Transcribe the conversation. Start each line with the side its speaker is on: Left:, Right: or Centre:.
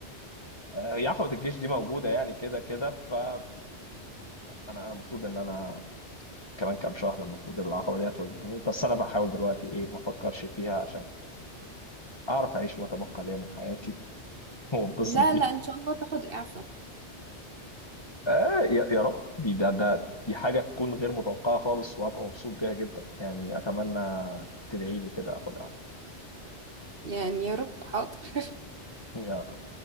Left: هي عقبه الجيش دي موجوده يعني كده كده فانا انا المفروض ان انا كمان كام شهر المفروض العقبه دي هتواجهني بس انا بحاول دلوقتي ايه ما افكرش فيها عشان اعرف اعيش ما تبقى ليا من حياتي <laughs> واتبسط
Right: لا
Left: بيها
Right: لا ان شاء الله تاخد اعفاء
Left: آه يا يا رب دي ده ده دي حاجة تكون غير متوقعة خالص وهبقى مبسوط بيها جدا يعني أتمنى تدعي لي كده أخدها
Right: يعني يا رب حاضر
Left: يا